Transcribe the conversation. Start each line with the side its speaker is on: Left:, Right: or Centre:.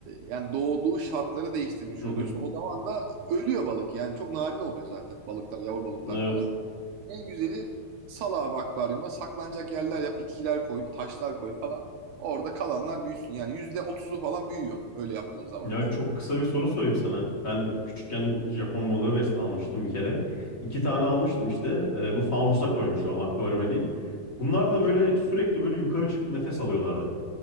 Right: yani doğduğu şartları değiştirmiş
Left: Hı
Right: oluyorsun.
Left: hı.
Right: O zaman da ölüyor balık. Yani çok narin oluyor zaten balıklar, yavru balıklar
Left: Evet.
Right: falan. En güzeli sal abi akvaryuma saklanacak yerler yap, bitkiler koy, taşlar koy falan. Orada kalanlar büyüsün. Yani yüzde otuzu falan büyüyor öyle yaptığın zaman.
Left: Ya çok kısa bir soru sorayım sana. Ben küçükken Japon balığı besle almıştım bir kere. İki tane almıştım işte. Ee, bu fanusa koymuştum ama akvaryuma değil. Bunlar da böyle sürekli böyle yukarı çıkıp nefes alıyorlardı.